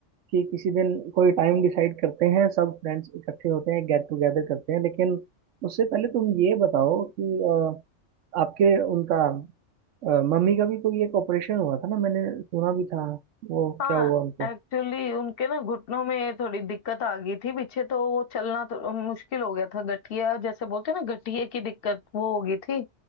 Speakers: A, on the right (about 80°); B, on the left (about 60°).
A: कि किसी दिन कोई टाइम डिसाइड करते हैं सब फ्रेंड्स इकट्ठे होते हैं गेट टुगेदर करते हैं लेकिन उससे पहले तुम ये बताओ कि अ, आपके उनका अ, मम्मी का भी कोई एक ऑपरेशन हुआ था ना मैंने सुना भी था वो
B: हाँ
A: क्या हुआ उनको
B: एक्चुअली उनके ना घुटनों में थोड़ी दिक्कत आ गई थी पीछे तो वो चलना तो मुश्किल हो गया था गठिया जैसे बोलते हैं ना गठिए की दिक्कत वो हो गई थी